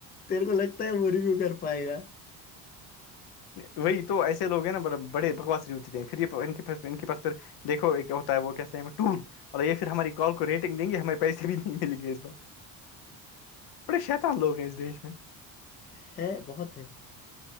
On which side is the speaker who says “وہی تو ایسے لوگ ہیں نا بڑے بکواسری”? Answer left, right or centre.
Left